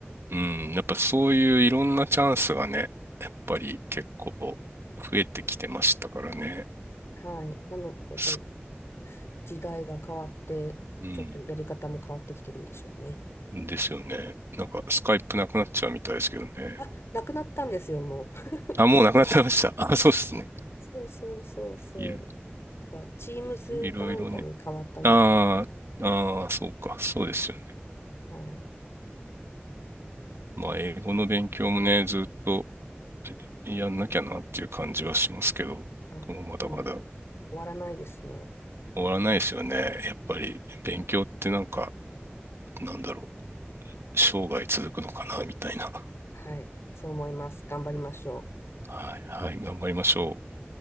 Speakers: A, on the right; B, on the left.
A: うん、やっぱそういういろんなチャンスがね、やっぱり結構増えてきてましたからね。
B: はい。なの、やっぱり
A: す
B: 時代が変わって、
A: うん、
B: ちょっとやり方も変わってきてるんでしょうね。
A: ですよね。なんかスカイプなくなっちゃうみたいですけどね。
B: あ、なくなったんですよ、もう。<laughs>
A: あ、もうなくなってました。あ、そうですね。
B: そうそうそうそう。
A: いろ、
B: なんか、チームズかなんかに変わったみたい。
A: いろいろね。ああ、ああ、そうか。そうですよね。
B: はい。
A: まあ、英語の勉強もね、ずっとやんなきゃなっていう感じはしますけど、
B: あ、
A: もうまだまだ
B: うん。終わらないですね。
A: 終わらないですよね。やっぱり勉強ってなんか、なんだろう。生涯続くのかな、みたいな。
B: はい。そう思います。頑張りましょう。
A: はい、はい、頑張りましょう。